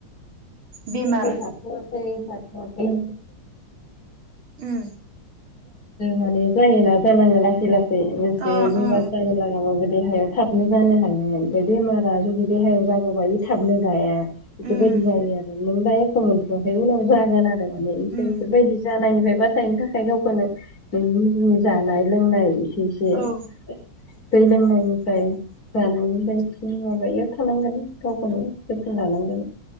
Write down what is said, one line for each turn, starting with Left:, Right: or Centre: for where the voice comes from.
Right: बेमार
Left: <unintelligible> <unintelligible> <unintelligible> <unintelligible> सो
Right: उम
Left: माने जायोना जालाङो लासै लासै। <unintelligible>
Right: ओ ओ
Left: देहायाव थाबनो जानो हायो ओमफ्राय बेमारा जुदि देहायाव जागबा बे थाबनो गाया। बिफोरबायायदि
Right: उम
Left: जायो आरो नों दा एख मोनथवाखै उनाव जागोन आरो। माने ओमफ्राय
Right: उम
Left: बेफोरबायदि जानायनिफ्राय बासायनो थाखाय गावखौनो नोंनि जि जानाय लोंनाय <unintelligible>
Right: औ
Left: दैलोंनो गावनिफ्राय जानायनि बायदिसिना माबायाव थानांगोन गावखौनो जोथोन लानांगोन।